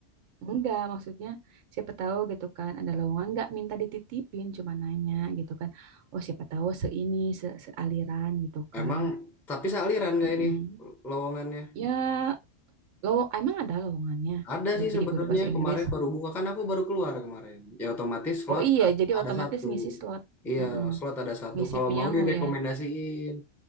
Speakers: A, on the right (about 75°); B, in the centre.
A: Enggak, maksudnya siapa tahu gitu kan ada lowongan enggak minta dititipin, cuma nanya gitu kan. Oh, siapa tahu seini se sealiran gitu kan.
B: Emang tapi sealiran gak
A: Mm-mm.
B: ini lowongannya?
A: Ya, lowong emang ada lowongannya
B: Ada
A: gu-
B: sih
A: jadi
B: sebenarnya
A: guru bahasa
B: kemarin
A: Inggris.
B: baru buka kan aku baru keluar kemarin. Ya otomatis slot
A: Oh iya, jadi
B: ada
A: otomatis
B: satu.
A: ngisi slot.
B: Iya,
A: Mm-mm.
B: slot ada satu.
A: Ngisi
B: Kalau
A: punyamu
B: mau direkomendasiin.
A: ya.